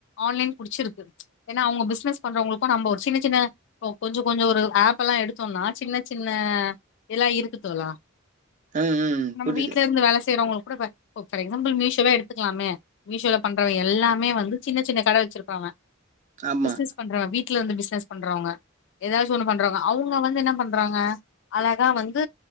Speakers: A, on the left; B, on the right.
A: ஆன்லைன் புடுச்சுருக்கு ஏன்னா அவங்க பிஸ்னஸ் பண்றவங்களுக்கு நம்ப ஒரு சின்ன சின்ன கொஞ்சோ கொஞ்சோ ஒரு ஏப் எல்லா எடுத்தோன்னா சின்ன சின்ன எல்லா இருக்கு தோழா
B: ம் ம்
A: நம்ம
B: புரியுது
A: வீட்ல இருந்து வேலஸ் செய்றவங்களுக் கூட எக்ஸாம்பிள் மீஷோவோ எடுத்துக்கலாமே மீஷோல பண்றவங்க எல்லாமே வந்து சின்ன சின்ன கட வெச்சுருப்பாங்க
B: ஆமா
A: பிஸ்னஸ் பண்றவ வீட் வீட்ல இருந்து பிஸ்னஸ் பண்றவங்க எதாச்சு ஒன்னு பண்றவங்க அவங்க வந்து என்ன பண்றாங்க அல தா வந்து